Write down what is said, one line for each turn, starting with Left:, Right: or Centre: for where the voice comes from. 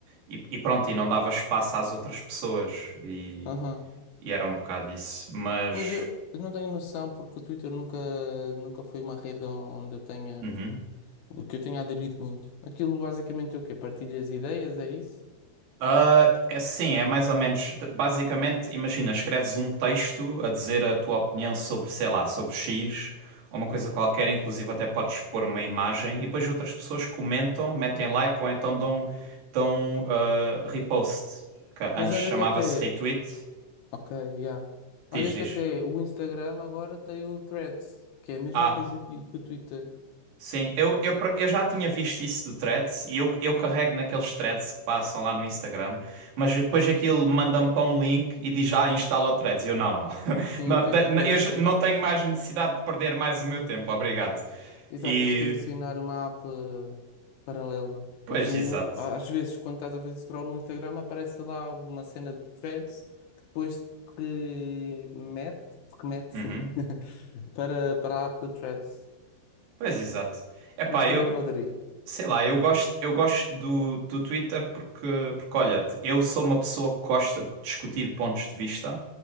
Right: e, e pronto, e não dava espaço às outras pessoas. E,
Left: Aham.
Right: e era um bocado isso. Mas.
Left: Pois eu, eu não tenho noção porque o Twitter nunca, nunca foi uma rede onde eu tenha,
Right: Uhum.
Left: o que eu tenha aderido muito. Aquilo basicamente é o quê? Partilhas ideias, é isso?
Right: Ah, é sim, é mais ou menos. Basicamente, imagina, escreves um texto a dizer a tua opinião sobre, sei lá, sobre X ou uma coisa qualquer, inclusive até podes pôr uma imagem e depois outras pessoas comentam, metem like ou então dão, dão ah, repost, que antes
Left: Mas olha
Right: chamava-se
Left: que até,
Right: retweet.
Left: ok, já. Olha
Right: Diz,
Left: que
Right: diz.
Left: até o Instagram agora tem o Threads, que é a mesma
Right: Ah.
Left: coisa que, que o Twitter.
Right: Sim, eu, eu, por- eu já tinha visto isso do Threads e eu, eu carrego naqueles threads que passam lá no Instagram, mas depois aquilo manda-me para um link e diz, ah, instala o Threads. E eu, não, não. <laughs>
Left: Sim,
Right: Não,
Left: tem-
Right: da- na-
Left: pois
Right: eu já
Left: sim.
Right: não tenho mais necessidade de perder mais o meu tempo, obrigado.
Left: Exato,
Right: E,
Left: tens que adicionar uma app eh, paralela.
Right: pois,
Left: Mas o,
Right: exato.
Left: às vezes, quando estás a fazer scroll no Instagram, aparece lá uma cena de threads que depois te remete, te remete,
Right: Uhum.
Left: sim, <laughs> para, para a app do threads.
Right: Pois, exato. Epá,
Left: Mas também
Right: eu,
Left: não aderi.
Right: Sei lá, eu gosto, eu gosto do, do Twitter porque, porque, olha, eu sou uma pessoa que gosta de discutir pontos de vista,